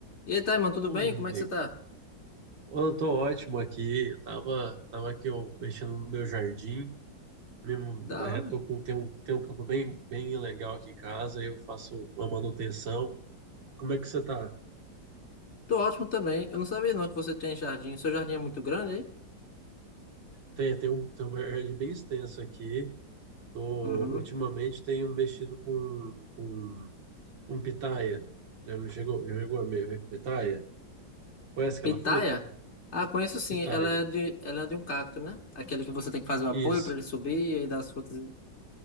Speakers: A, on the left; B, on the right.
A: E aí, Taiman, tudo
B: Ô,
A: bem?
B: meu
A: Como
B: amigo,
A: é que você tá?
B: eu tô ótimo aqui. Eu tava, tava aqui ó, mexendo no meu jardim. Mesmo,
A: Da
B: né,
A: hora.
B: tô com, tem um, tem um campo bem, bem legal aqui em casa. Eu faço uma manutenção. Como é que você tá?
A: Tô ótimo também. Eu não sabia não que você tem jardim. Seu jardim é muito grande aí?
B: Tem, tem um, tem um jardim bem extenso aqui. Tô,
A: Uhum.
B: ultimamente tenho mexido com, com um pitaia. Já me chegou, já chegou a me- ver pitaia? Conhece aquela
A: Pitaia?
B: fruta?
A: Ah, conheço sim.
B: Pitaia.
A: Ela é de, ela é de um cacto, né? Aquele que você tem que fazer o apoio
B: Isso,
A: pra ele subir e aí dar as frutas. em-